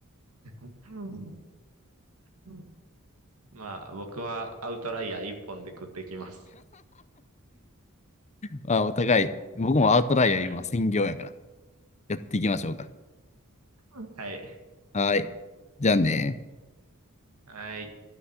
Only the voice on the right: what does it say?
うん。うんうんまあ、僕はアウトライヤー一本で食ってきます。
<laughs>
はい。
はい。